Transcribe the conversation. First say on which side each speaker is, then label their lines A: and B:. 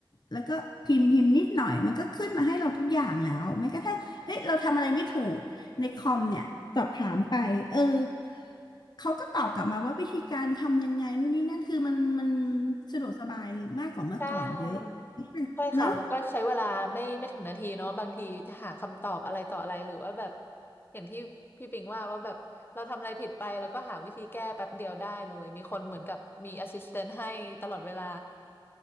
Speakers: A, on the left (about 55°); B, on the left (about 25°).
A: แล้วก็พิมพ์พิมพ์นิดหน่อยมันก็ขึ้นมาให้เราทุกอย่างแล้วแม้กระทั่งเฮ้ยเราทำอะไรไม่ถูกในคอมเนี่ยสอบถามไปเออเขาก็ตอบกลับมาว่าวิธีการทำยังไงนู่นนี่นั่นคือมันมันสะดวกสบายมากกว่าเมื่อก่อนเยอะ
B: ใช่ใช่ค่ะแล้วก็ใช้เวลาไม่ไม่ถึงนาทีเนาะบางทีจะหาคำตอบอะไรต่ออะไรหรือว่าแบบ
A: เนาะ
B: อย่างที่พี่ปิงว่าว่าแบบเราทำอะไรผิดไปแล้วก็หาวิธีแก้แป๊บเดียวได้เลยมีคนเหมือนกับมีแอสซิสแตนต์ให้ตลอดเวลา